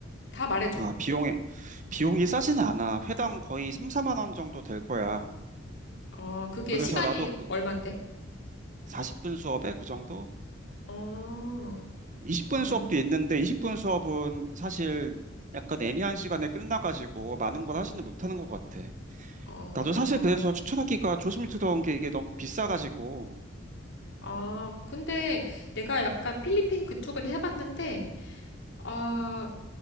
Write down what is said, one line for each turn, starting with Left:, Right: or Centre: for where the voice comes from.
Left: 다 말해줘.
Right: 아, 비용에, 비용이 싸진 않아. 회당 거의 3, 4만 원 정도 될 거야.
Left: 어, 그게
Right: 그래서
Left: 시간이
Right: 나도 그
Left: 얼만데?
Right: 40분 수업에 그 정도?
Left: 어,
Right: 20분
Left: 어,
Right: 수업도 있는데 20분 수업은 사실 약간 애매한 시간에 끝나가지고 많은 걸 하지는 못하는 것 같아.
Left: 어.
Right: 나도 사실 그래서 추천하기가 조스미트다운 게 이게 너무 비싸가지고.
Left: 아, 근데 내가 약간 필리핀 그쪽에도 해봤는데, 아,